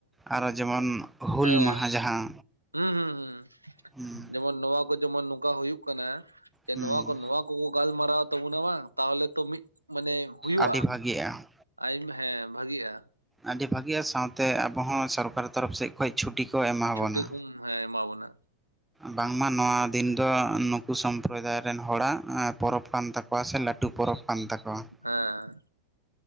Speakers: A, in the centre; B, on the right.
A: ᱟᱨᱚ ᱡᱮᱢᱚᱱ ᱦᱩᱞ
B: ᱦᱮᱸ
A: ᱢᱟᱦᱟ ᱡᱟᱦᱟᱸ
B: ᱦᱩᱸ ᱦᱩᱸ ᱦᱩᱸ
A: ᱦᱩᱸ
B: ᱡᱮ ᱱᱚᱣᱟ ᱠᱚ ᱡᱚᱢᱚᱱ ᱱᱚᱝᱠᱟ ᱦᱩᱭᱩᱜ ᱠᱟᱱᱟ ᱡᱮ
A: ᱦᱩᱸ
B: ᱱᱚᱣᱟ ᱠᱚ ᱾ ᱠᱚᱠᱚ ᱜᱟᱞᱢᱟᱨᱟᱣ ᱛᱟᱵᱚᱱᱟ ᱵᱟᱝ ᱛᱟᱦᱚᱞᱮ ᱛᱚ ᱢᱤᱫ ᱢᱟᱱᱮ ᱦᱩᱭᱩᱜᱼᱟ
A: ᱟᱹᱰᱤ ᱵᱷᱟᱜᱤᱜᱼᱟ
B: ᱾ ᱟᱭᱢ ᱦᱮᱸ ᱵᱷᱟᱜᱤᱜᱼᱟ
A: ᱟᱹᱰᱤ ᱵᱷᱟᱹᱜᱮᱤᱭᱟ ᱥᱟᱶᱛᱮ ᱟᱵᱚᱚᱸ ᱥᱚᱨᱠᱟᱨ ᱛᱚᱨᱚᱯᱷ ᱥᱮᱫ ᱠᱷᱚᱱ ᱪᱷᱩᱴᱤ ᱠᱚ ᱮᱢᱟ
B: ᱪᱷᱩᱴᱤ
A: ᱵᱚᱱᱟ᱾
B: ᱠᱚᱢ ᱦᱮᱸ ᱮᱢᱟ ᱵᱚᱱᱟ
A: ᱵᱟᱝᱢᱟ ᱱᱚᱣᱟ ᱫᱤᱱ ᱫᱚ ᱱᱩᱠᱩ ᱥᱚᱢᱯᱨᱚᱫᱟᱭ ᱨᱮᱱ ᱦᱚᱲᱟᱜ ᱯᱚᱨᱚᱵᱽ ᱠᱟᱱ ᱛᱟᱠᱚ ᱚᱠᱟᱥᱮᱫ ᱞᱟᱹᱴᱩ ᱯᱚᱨᱚᱵᱽ ᱠᱟᱱ ᱛᱟᱠᱚᱣᱟ ᱾
B: ᱦᱮᱸ